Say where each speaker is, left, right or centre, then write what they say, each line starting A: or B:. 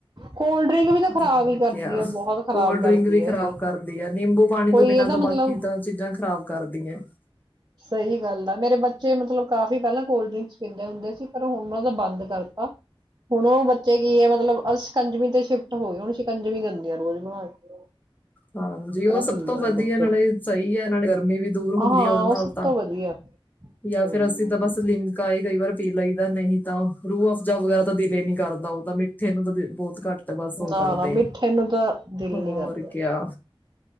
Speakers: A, on the right; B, on the left.
A: ਕੋਲਡ ਡਰਿੰਕ ਵੀ ਤਾਂ ਖ਼ਰਾਬ
B: ਹੋਰ
A: ਹੀ ਕਰਦੀ
B: ਕਿਆ
A: ਹੈ ਬਹੁਤ ਖ਼ਰਾਬ
B: ਕੋਲਡ
A: ਕਰਦੀ
B: ਡਰਿੰਕ ਵੀ ਖ਼ਰਾਬ
A: ਹੈ ਇਹ
B: ਕਰਦੀ ਹੈ ਨਿੰਬੂ ਪਾਣੀ
A: ਕੋਈ
B: ਤੋਂ, ਬਿਨਾ
A: ਇਹਦਾ
B: ਤਾਂ
A: ਮਤਲਬ
B: ਬਾਕੀ ਤਾਂ ਚੀਜ਼ਾਂ ਖ਼ਰਾਬ ਕਰਦੀਏ
A: ਸਹੀ ਗੱਲ ਮੇਰੇ ਬੱਚੇ ਮਤਲਬ ਕਾਫੀ ਪਹਿਲਾਂ ਕੋਲਡ ਡਰਿੰਕਸ ਪੀਂਦੇ ਹੁੰਦੇ ਸੀ। ਪਰ ਹੁਣ ਉਹ ਦਾ ਬੰਦ ਕਰਤਾ ਹੁਣ ਉਹ ਬੱਚੇ ਕੀ ਹੈ। ਮਤਲਬ ਸ਼ਿਕੰਜਵੀ ਤੇ ਸ਼ਿਫਟ ਹੋ ਗਏ, ਹੁਣ ਸ਼ਿਕੰਜਵੀਂ ਦਿੰਦੀ ਆ ਰੋਜ਼ ਬਣਾ ਕੇ
B: ਹਾਂਜੀ, ਉਹ ਸਭ
A: ਪੀਂਦੇ
B: ਤੋਂ ਵਧੀਆ
A: ਨੇ ਬੱਚੇ
B: ਨਾਲੇ ਸਹੀ ਹੈ ਨਾਲੇ ਗਰਮੀ ਵੀ ਦੂਰ ਹੁੰਦੀ
A: ਹਾਂ, ਹਾਂ
B: ਹੈ ਉਹਦੇ
A: ਉਹ
B: ਨਾਲ
A: ਸਭ
B: ਤਾਂ
A: ਤੋਂ ਵਧੀਆ
B: ਜਾਂ
A: ਹਮ
B: ਫਿਰ ਅਸੀਂ ਤਾਂ ਬਸ ਲਿੰਮਕਾਏ ਕਈ ਵਾਰ ਪੀ ਲਈਦਾ ਨਹੀਂ, ਤਾਂ ਰੂਹ ਅਫਜ਼ਾ ਵਗੈਰਾ ਤਾਂ ਦਿਲ ਹੀ ਨਹੀਂ ਕਰਦਾ। ਉਹ ਤਾਂ ਮਿੱਠੇ ਨੂੰ ਤਾਂ ਬਹੁਤ ਘੱਟ ਬਸ ਉਹ
A: ਨਾ
B: ਕਰਦੇ
A: ਨਾ ਮਿੱਠੇ
B: ਆ
A: ਨੂੰ ਤਾਂ ਦਿਲ
B: ਹੋਰ
A: ਨਈ ਕਰਦਾ
B: ਕਿਆ